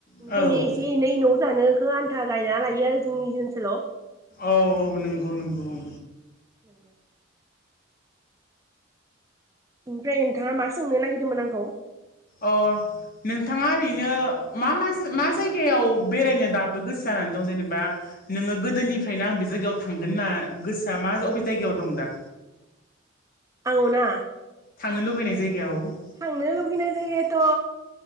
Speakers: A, on the left; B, on the right.
A: औ
B: बेनिखायनो एसे एनै न' जानोखौ आन्था गायना लायो आरो जोंनि ओनसोलाव
A: औ औ नंगौ नंगौ औ।
B: <inaudible> ओमफ्राय नोंथाङा मा सोंनो नागिरदोंमोन आंखौ?
A: अ' नोंथाङा ओरैनो मा मा जायगायाव बेरायनो दाबो गोसो जानानै दं जेनेबा? नोङो गोदोनिफ्रायनो आं बे जायगायाव थांगोन ना गोसोआ मा अबे जायगायाव दं दा?
B: आङो ना!
A: थांनो लुबैनाय जायगायाव औ
B: थांनो लुगैनाय जायगाथ'